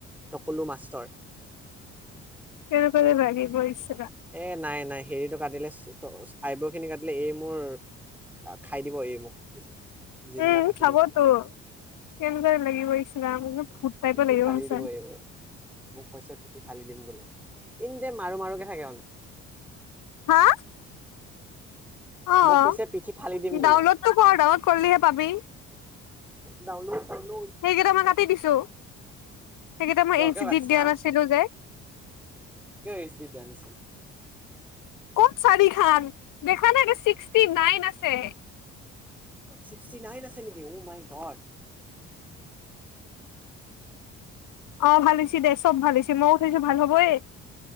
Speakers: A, in the centre; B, on the left.
A: টকুলো মাষ্টৰ।
B: কেনেৱে ভাগি বৈছ
A: এ নাই নাই হেৰিটো কাটিলে আইব্ৰ খিনি কাটিলে এই মোৰ খাই দিব এই মোক জিন্দা
B: উম
A: কাটি
B: চাবতো
A: দিব মোক
B: কেনেদৰে লাগিব ইছ ৰাম। সুত তাই
A: পিঠি
B: পৰিব লাগিব
A: ফালি
B: আছোৰ
A: দিব
B: <unintelligible>
A: এই মোৰ। মোক কৈছে পিঠি ফালি দিম বোলে এনিটাইম মাৰো মাৰোকে থাকে মানে
B: হা। অ',
A: মোক
B: অ',
A: কৈছে পিঠি ফালি দিম বোলে।
B: ডাউনলোডটো কৰ ডাউনলোড কৰিলিহে পাবি।
A: ডাউনলোড ডাউনলোড
B: সেইকেইটা মই কাটি দিছো সেইকেইটা মই
A: কিয়
B: এইচ
A: কিয় কাটিছা
B: ড দিয়া
A: হা
B: নাছিলো যে
A: কিয় এইচ ড দিয়া নাছিল?
B: ক'ত চাৰি খান দেখা নাগে ছিক্সটি নাইন আছে।
A: ছিক্সটি নাইন আছে নেকি মাই গড।
B: অ' ভালিছি দে চব ভালছ মইোঠৈছো ভাল হ'ব এ